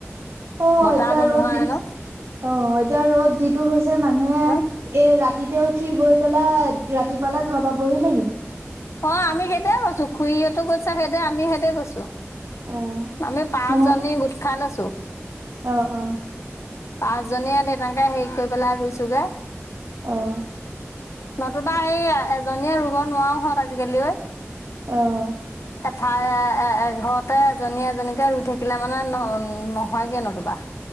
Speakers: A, on the right; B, on the left.
A: অ',
B: বতাহ
A: এতিয়া
B: ধুমুহা
A: ৰ'দ যি
B: হেনো
A: অ', এতিয়া ৰ'দ যিটো হৈছে মানুহে এ
B: হ
A: ৰাতিতে উঠি গৈ পেলা ৰাতিপালা ঘৰ পৰা বহি ল আহিব।
B: অ', আমি সেইতেয়াই কৈছো খুৰীতো গৈছে সেইদতে আমি সেইতেয় কৈছো।
A: অহ
B: আমি পাঁচ
A: নহয়
B: জননী গোট খাল আছো।
A: অ', অ',।
B: পাঁচজনীয়ে স তেনেকে হেৰি কৰি পেলাই ৰুইছোগে।
A: আহঁ।
B: নতুবা সেই এজনীয়ে ৰুব নোৱাৰাো হত আজিকালি।
A: আহ।
B: এঠাই এ এঘৰতে এজনী এজনীকে ৰুই থাকিলে মানে নহ নহয়গে নোতোবা।